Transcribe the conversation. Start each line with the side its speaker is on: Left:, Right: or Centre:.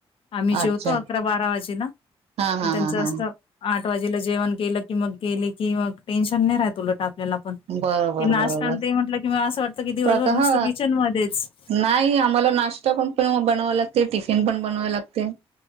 Left: आम्ही
Right: अच्छा
Left: जेवतो अकरा बारा वाजे ना
Right: हा हा
Left: त्यांचं
Right: हा हा
Left: असं आठ वाजेला जेवण केलं की मग गेले की मग टेन्शन नाही राहत उलट आप आपल्याला पण ते
Right: बरोबर
Left: नाष्टा
Right: बरोबर
Left: अन ते म्हटलं कि असं वाट -- की दिवसभर
Right: प्रका
Left: नुस्त
Right: हा
Left: किचन मध्येच.
Right: नाही आम्हाला नाश्ता पण बनवाय लागते. टिफिन पण बनवाय लागते